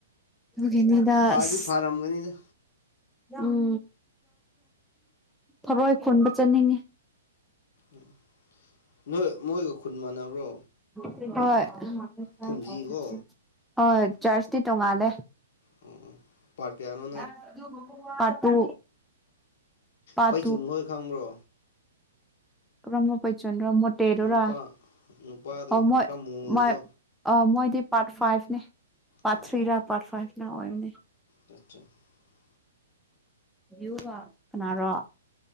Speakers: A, in the centre; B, on the left.
A: ꯒꯅꯤꯗꯥꯥꯁ
B: ꯐꯗꯤ ꯐꯥꯔꯝꯒꯅꯤꯗ
A: ꯎꯝ ꯊꯔꯏ ꯈꯣꯟꯕ ꯆꯠꯅꯤꯡꯉꯤ
B: ꯎꯝ ꯅꯣꯏ ꯃꯣꯏꯒ ꯈꯨꯟ ꯃꯥꯟꯅꯕ꯭ꯔꯣ
A: ꯍꯣꯏ <unintelligible>
B: ꯈꯨꯝꯖꯤꯀꯣ
A: ꯍꯣꯏ ꯆ꯭ꯔꯁꯇꯤ ꯇꯣꯡꯉꯥꯜꯂꯦ
B: ꯎꯝ ꯎꯝ ꯄꯥꯔꯠ ꯀꯌꯥꯅꯣ
A: <unintelligible> ꯄꯥꯔꯠ ꯇꯨ ꯄꯥꯔꯠ
B: ꯄꯩꯆꯨꯅꯨꯍꯣꯏ ꯈꯪꯕ꯭ꯔꯣ
A: ꯀꯔꯝꯕ ꯄꯩꯆꯨ ꯔꯟꯔ ꯃꯣꯇꯦꯗꯨꯔꯥ
B: ꯅꯨꯄꯥ ꯅꯨꯄꯥꯗꯣ
A: ꯑꯥꯎ ꯃꯣꯏ
B: ꯈꯔ ꯃꯨꯕꯗꯣ
A: ꯃꯥꯏ ꯑ ꯃꯣꯏ ꯄꯥꯔꯠ ꯐꯥꯏꯚꯅꯦ ꯄꯥꯔꯠ
B: ꯎꯝ
A: ꯊ꯭ꯔꯤ
B: ꯎꯝ
A: ꯔꯥ ꯄꯥꯔꯠ ꯐꯥꯏꯚ ꯅꯥ ꯑꯣꯏꯕꯅꯦ
B: <unintelligible>
A: ꯕ꯭ꯌꯨꯒ ꯀꯅꯥꯔꯣ